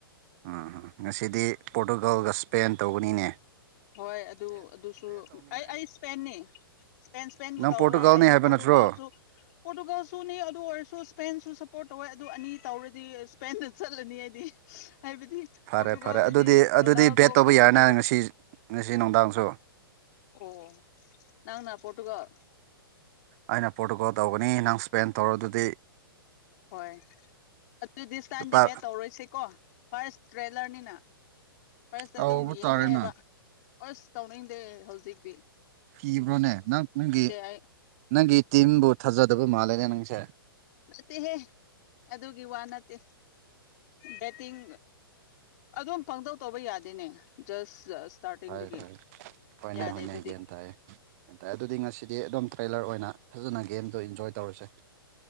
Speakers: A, on the right; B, on the left.
A: ꯎꯝ ꯉꯁꯤꯗꯤ ꯄꯣꯔꯇꯨꯒꯥꯜꯒ ꯏꯁꯄꯦꯟ ꯇꯧꯧꯕꯅꯤꯅꯦ
B: ꯍꯣꯏ ꯑꯗꯨ ꯑꯗꯨꯁꯨ ꯑꯩ ꯑꯩ ꯏꯁꯄꯦꯟꯅꯤ ꯁꯄꯦꯟ ꯁꯄꯦꯦꯟꯕꯨ
A: ꯅꯪ
B: ꯇꯧꯦ
A: ꯄꯣꯔꯇꯨꯒꯥꯜꯅꯤ
B: ꯍꯥꯏꯗꯤ
A: ꯍꯥꯏꯕ
B: ꯄꯣꯣꯔꯇꯨꯒꯜꯁꯨ
A: ꯅꯠꯇ꯭ꯔꯣ
B: ꯄꯣꯔꯇꯨꯒꯥꯜꯁꯨꯅꯤ ꯑꯗꯨ ꯑꯣꯏꯔꯁꯨ ꯏꯁꯄꯦꯟꯁꯨ ꯁꯞꯄꯣꯔꯠ ꯇꯧꯋꯦ ꯑꯗꯨ ꯑꯅꯤ ꯇꯧꯔꯗꯤ ꯏꯁꯄ ꯆꯠꯂꯅꯤ ꯍꯥꯏꯗꯤ ꯍꯥꯏꯕꯗꯤ
A: ꯐꯔꯦ
B: ꯄꯣꯔꯇꯨꯒꯥꯜꯗꯗꯤ
A: ꯐꯔꯦ ꯑꯗꯨꯗꯤ ꯑꯗꯨꯗꯤ
B: ꯔꯣꯅꯥꯜꯗꯣ
A: ꯕꯦꯠ ꯇꯧꯕ
B: ꯈꯛꯇꯅꯦꯕ
A: ꯌꯥꯔꯅꯤ ꯉꯁꯤ ꯉꯁꯤ ꯅꯨꯡꯗꯥꯡꯁꯨ
B: ꯑꯣ ꯅꯪꯅ ꯄꯣꯔꯇꯨꯒꯜ
A: ꯑꯩꯅ ꯄꯣꯔꯇꯨꯒꯣꯜ ꯇꯧꯒꯅꯤ ꯅꯍꯪ ꯏꯁꯄꯦꯟ ꯇꯧꯔ ꯑꯗꯨꯗꯤ
B: ꯍꯣꯏ ꯑꯗꯨꯗꯤꯁ ꯇꯥꯏꯝꯗꯤ
A: ꯂꯨꯄꯥ
B: ꯕꯦꯠ ꯇꯧꯔꯣꯏꯁꯤꯦꯀꯣ ꯐꯥꯔꯁ ꯇ꯭ꯔꯦꯂꯔꯅꯤꯅ ꯐꯥꯔꯁ
A: ꯇꯧꯕ
B: ꯑꯗꯨꯝ ꯌꯦꯡꯁꯩ
A: ꯇꯥꯔꯦꯅ
B: ꯍꯥꯏꯕ ꯑꯁ ꯇꯧꯅꯤꯡꯗꯦ ꯍꯧꯖꯤꯛꯗꯤ
A: ꯀꯤꯕ꯭ꯔꯣꯅꯦ ꯅꯪ ꯅꯪꯒꯤ
B: ꯑꯩ
A: ꯅꯪꯒꯤ ꯇꯤꯝꯕꯨ ꯊꯥꯖꯗꯕ ꯃꯥꯜꯂꯦꯅꯦ ꯅꯪꯁꯦ
B: ꯅꯠꯇꯦꯍꯦ ꯑꯗꯨꯒꯤ ꯋꯥ ꯅꯠꯇꯦ ꯕꯦꯇꯤꯡ ꯑꯗꯨꯝ ꯐꯪꯗꯧ ꯇꯧꯕ ꯌꯥꯗꯦꯅꯦ ꯖꯁ ꯏꯁꯇꯥꯔꯇꯤꯡꯗꯒꯤ
A: ꯍꯣꯏ ꯍꯣꯏ ꯍꯣꯏꯅꯦ
B: ꯌꯥꯗꯦ
A: ꯍꯣꯏꯅꯦ
B: ꯑꯗꯨꯗꯤ
A: ꯒ꯭ꯌꯥꯟ ꯇꯥꯏꯌꯦ ꯒꯟ ꯇꯥꯏꯦ ꯑꯗꯨꯗꯤ ꯉꯁꯤꯗꯤ ꯑꯗꯨꯝ ꯇ꯭ꯔꯦꯂꯔ ꯑꯣꯏꯅ ꯐꯖꯅ ꯒꯦꯝꯗꯣ ꯏꯟꯖꯣꯏ ꯇꯧꯔꯁꯦ